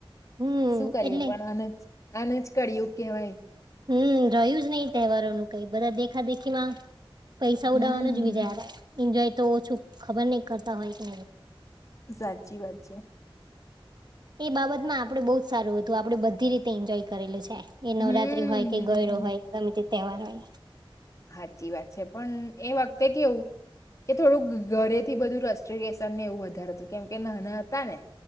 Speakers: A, on the right; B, on the left.
A: હમ્મ,
B: શું કરીએ
A: એટલે
B: પણ અ નજ આને જ કળિયુગ કેવાય.
A: હમ્મ, રહ્યું જ નઈ તેવારોનું કઈ બધા દેખા દેખી માં પૈસા
B: હમ
A: ઉડાવાનું જ વિજારે એન્જોય તો ઓછું ખબર નય કરતા હોય કે
B: સાચી વાત છે.
A: એ બાબતમાં આપળુ બો જ સારું અતું આપળે બધી રીતે એન્જોય કરેલું છે. એ નવરાત્રી
B: હમ
A: હોય કે
B: હમ
A: ગયરો
B: હમ
A: હોય ગમે તે તેવાર હોય.
B: હાચી વાત છે, પણ એ વકતે કેવું કે થોડુંક ઘરે થી બધું રસ્ટિગેસન ને એવું વધારે અતું કેમ કે નાના અતા ને